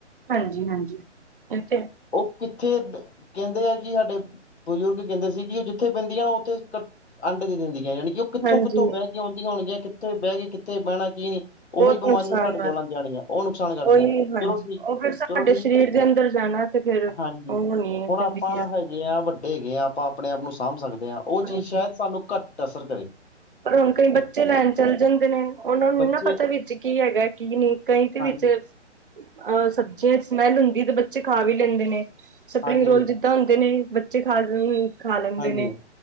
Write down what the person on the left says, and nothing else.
ਉਹ ਕਿੱਥੇ ਕਹਿੰਦੇ ਆ ਕਿ ਸਾਡੇ ਬਜ਼ੁਰਗ ਕਹਿੰਦੇ ਸੀ ਕਿ ਉਹ ਜਿੱਥੇ ਪੈਂਦੀਆਂ ਨਾ ਉੱਥੇ ਅੰਡ ਦੀ ਦਿੰਦੀ ਹੈ ਜਾਣੀ ਕਿ ਉਹ ਕਿੱਥੋਂ
ਕਿੱਥੋਂ ਬਹਿ ਕੇ ਆਉਂਦੀਆਂ ਹੋਣਗੀਆਂ ਕਿੱਥੇ ਬਹਿ ਕੇ ਕਿੱਥੇ ਬਹਿਣਾ ਕੀ ਨੀਂ
ਉਹੀ ਬਿਮਾਰੀਆਂ
ਸਾਡੇ ਕੋਲ
ਆਂਦ ਜਾਣੀਆਂ ਉਹ ਨੁਕਸਾਨ ਕਰਦੀਆਂ,
ਚਲੋ
ਠੀਕ
ਚਲੋ ਠੀਕ।
ਹਾਂਜੀ
ਹੁਣ
ਆਪਾਂ ਹੈਗੇ ਹ ਵੱਡੇ ਹੇਗੇ ਆ ਆਪਾਂ ਆਪਣੇ ਆਪ ਨੂੰ ਸਾਂਭ ਸਕਦੇ ਆਂ,
ਉਹ ਚੀਜ਼ ਸ਼ਾਇਦ ਸਾਨੂੰ ਘੱਟ ਅਸਰ ਕਰੇ।
ਬੱਚੇ
ਹਾਂਜੀ
ਹਾਂਜੀ
ਹਾਂਜੀ